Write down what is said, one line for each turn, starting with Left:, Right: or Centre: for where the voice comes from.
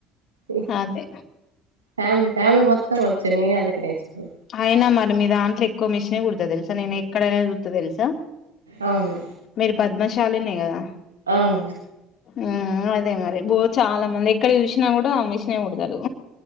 Right: ఇ
Left: అదే
Right: ఫ్యామిలీ ఫ్యామిలీ మొత్తం వచ్చు నేనే అందుకు నేర్చుకో
Left: అయినా మరి మీ దాంట్లో ఎక్కువ మిషినె కుడత తెలుసా నేను ఎక్కడైనా చూత్త తెలుసా
Right: అవును
Left: మీరు పద్మశాలినే కదా
Right: అవును
Left: ఉమ్ అదే మరి బో చాలా మంది ఎక్కడ చూసినా కూడా మిషనే కూడతారు